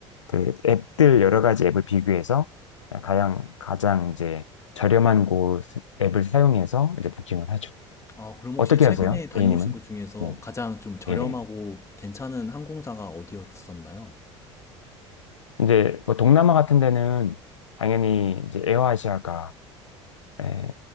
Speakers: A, on the left; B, on the left.
A: 그 앱들 여러 가지 앱을 비교해서 가장 가장 이제 저렴한 곳 앱을 사용해서 이제 부킹을 하죠.
B: 아 그럼 혹시
A: 어떻게
B: 최근에
A: 하세요?
B: 다녀오신
A: A님은?
B: 곳 중에서
A: 네.
B: 가장 좀 저렴하고
A: 네네.
B: 괜찮은 항공사가 어디였었나요?
A: 이제 뭐 동남아 같은 데는 당연히 이제 에어아시아가 예,